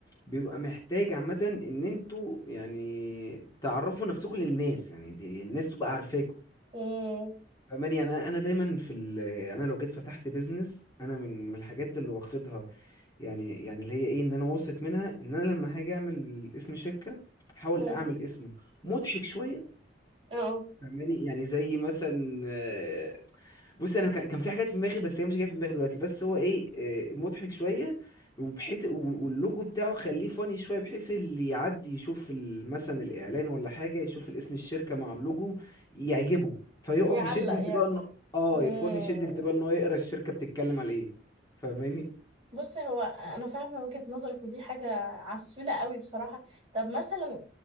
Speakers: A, on the left; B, on the right.
A: بيبقى محتاج عامة ان انتوا يعني تعرفوا نفسكم للناس يعني انت- الناس تبقى عارفاكوا
B: مم،
A: فاهماني يعني انا أنا دايما في ال... انا لو جيت فتحت بيزنس انا من من الحاجات اللي واخدها يعني يعني اللي هي ايه ان انا واثق منها ان انا لما هاجي اعمل اسم شركه احاول
B: مم،
A: اعمل اسمه مضحك شويه
B: اه
A: فاهماني يعني زي مثلا آه، بص انا كان كان في حاجات في دماغي بس هي مش جايه في دماغي دلوقتي بس هو ايه آه، مضحك شويه وبحيث و- واللوجو بتاعه خليه فاني شويه بحيث اللي يعدي يشوف ال- مثلا الاعلان ولا حاجه يشوف الاسم الشركه مع اللوجو يعجبه فيقف
B: يعلق
A: يشد انتباهه
B: يعني
A: انه اه
B: مم.
A: يقف يشد انتباهه ان هو يقرا الشركه بتتكلم على ايه فاهماني
B: بص هو انا فاهمه وجهه نظرك ودي حاجه عسوله قوي بصراحه طب مثلا